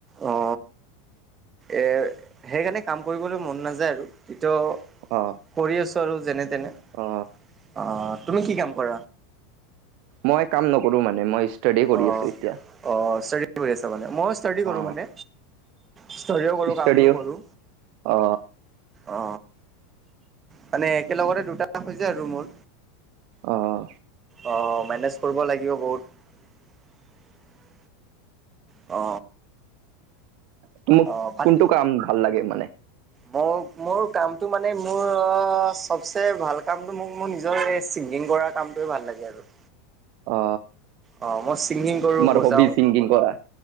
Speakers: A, on the right (about 25°); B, on the right (about 55°).
A: অ। এ সেইকাৰণে কাম কৰিবলৈ মন নাযায় আৰু। ত
B: অ
A: কৰি আছোঁ আৰু যেনে তেনে,
B: অ
A: অ। তুমি কি কাম কৰা?
B: মই কাম নকৰোঁ মানে মই ষ্টাডি কৰি
A: অ
B: আছো এতিয়া।
A: অ ষ্টাদি কৰি আছ মানে, মই ষ্টাদি কৰোঁ
B: অ।
A: মানে ষ্টাদিও কৰোঁ
B: ষ্টডিঅ
A: কামো কৰোঁ।
B: অ
A: অ মানে একেলগতে দুটা হৈ যায় আৰু মোৰ।
B: আহ।
A: অ মেনেজ কৰিব লাগিব বহুত। অ।
B: টো মোক
A: অ' বাট
B: কোনটো কাম ভাল লাগে মানে?
A: মোৰ মোৰ কামটো মানে মোৰ চবচে ভাল কামটো মোক মোৰ নিজৰ চিনি গিং কৰা কামটোৱে ভাল লাগে আৰু।
B: অ।
A: অ মই ছিংগিং কৰোঁ,
B: তোমাৰ
A: বজাওঁ
B: হবি ছিংগিং কৰা?